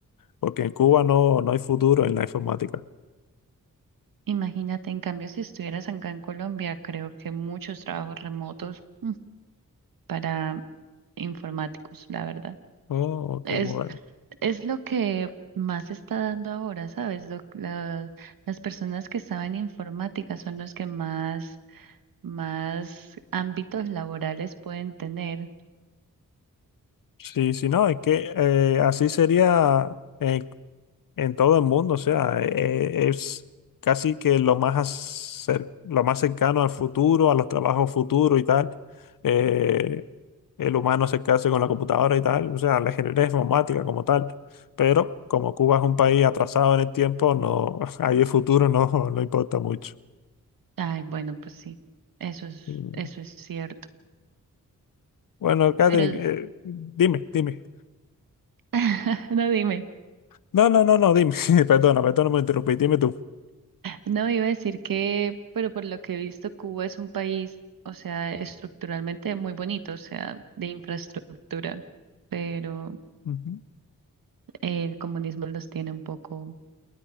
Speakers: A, on the left; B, on the right.
A: porque en Cuba no, no hay futuro en la informática.
B: Imagínate, en cambio, si estuvieras acá en Colombia, creo que muchos trabajos remotos mm, para informáticos, la verdad.
A: Oh, ok,
B: Es,
A: bueno.
B: es lo que más se está dando ahora, ¿sabes? Lo- la- las personas que estaban en informática son los que más, más ámbitos laborales pueden tener.
A: Sí, sí, no, es que eh, así sería. eh, en todo el mundo, o sea, e- es casi que lo más, acer- lo más cercano al futuro, a los trabajos futuros y tal. Eh, el humano acercarse con la computadora y tal, o sea, la ingeniería informática como tal. Pero como Cuba es un país atrasado en el tiempo, no, <laughs> ahí el futuro no, no importa mucho.
B: Ay, bueno, pues sí, eso es,
A: Mm.
B: eso es cierto.
A: Bueno, Catherine,
B: Pero,
A: eh, dime, dime.
B: <laughs> no dime.
A: No, no, no, no, dime. <laughs> Perdona, perdona, me interrumpí, dime tú.
B: No, iba a decir que, pero por lo que he visto, Cuba es un país, o sea, estructuralmente muy bonito, o sea, de infraestructura, pero
A: Ujú.
B: el comunismo los tiene un poco